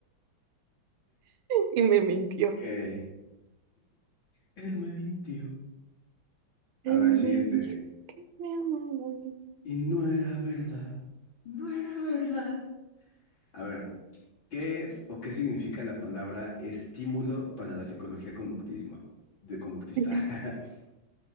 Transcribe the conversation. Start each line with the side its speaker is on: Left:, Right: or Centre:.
Right: Y me mintió.
Left: <laughs> que él me mintió.
Right: Él
Left: A ver,
Right: me
Left: siguiente.
Right: dijo, me amaba.
Left: Y no era verdad. No era verdad. A ver. ¿Qué es o qué significa la palabra estímulo para la psicología conductismo, de conductista?
Right: El
Left: <laughs>